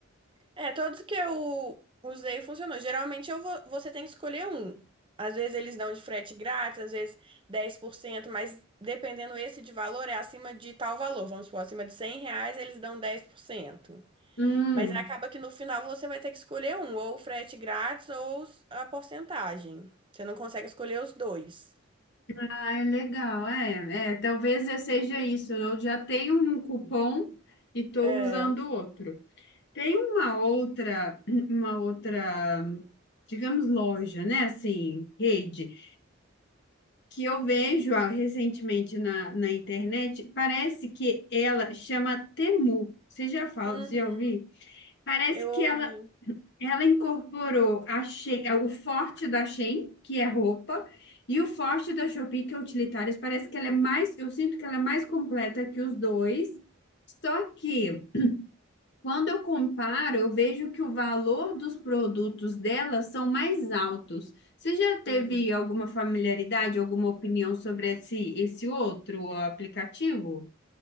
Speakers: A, on the right; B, on the left.
A: É, todos que eu usei funcionou. Geralmente eu vou- você tem que escolher um. Às vezes eles dão de frete grátis, às vezes dez por cento mas dependendo esse de valor, é acima de tal valor. Vamos supor, acima de 100 reais eles dão dez por cento
B: Hum,
A: Mas acaba que no final você vai ter que escolher um, ou o frete grátis ou os- a porcentagem. Você não consegue escolher os dois.
B: ah, é legal, é, é, talvez eu seja isso. Eu já tenho um cupom e estou
A: É.
B: usando outro. Tem uma outra, uma outra, digamos, loja, né? Assim, rede, que eu vejo ah, recentemente na, na internet, parece que ela chama Temu. Você já fala,
A: Uhum.
B: você já ouviu? Parece
A: Eu
B: que
A: ouvi.
B: ela, ela incorporou a Shein- é, o forte da Shein, que é roupa, e o forte da Shopee, que é utilitários. Parece que ela é mais, eu sinto que ela é mais completa que os dois. Só que quando eu comparo, eu vejo que o valor dos produtos delas são mais altos. Você já teve
A: Hum.
B: alguma familiaridade, alguma opinião sobre esse, esse outro aplicativo?